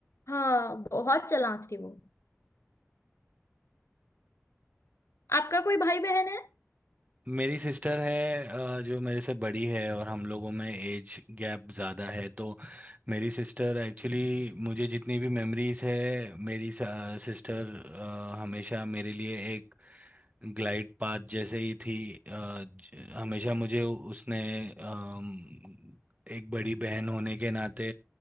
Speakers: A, on the left; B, on the right.
A: हाँ बहुत चालाक थी वो आपका कोई भाई बहन है
B: मेरी सिस्टर है अ, जो मेरे से बड़ी है और हम लोगों में एज गैप ज़्यादा है तो मेरी सिस्टर एक्चुअली मुझे जितनी भी मेमोरीज है मेरी सिस्टर हमेशा मेरे लिए एक ग्लाइड पाथ जैसे ही थी अ, ज- हमेशा मुझे उसने अम, एक बड़ी बहन होने के नाते